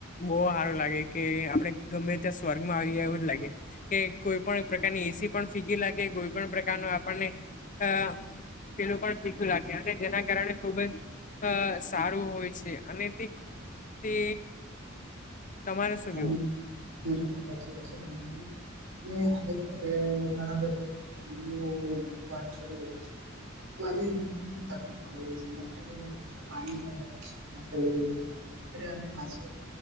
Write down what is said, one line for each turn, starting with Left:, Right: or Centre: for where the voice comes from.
Left: બહુ સારો લાગે કે આપડે ગમે ત્યા સ્વર્ગમાં આવી એવું જ લાગે. કે કોઈ પણ પ્રકારની એસી પણ ફીગી લાગે કોઈ પણ પ્રકારનું આપણને અ પેલું પણ ભીગું લાગે અને જેના કારણે ખુબ જ સારું હોય છે અને તે તે તમારે શું
Right: હાલો
Left: કેવું?
Right: બિલકુલ સાચી વાત છે તમારી આજે કે ઘણા બધા કંપનીઓ બ પાણી છોડી રહી છે તો આજે બધા ને તકલીફ પડી રહી છે. પાણી છેછક માછલી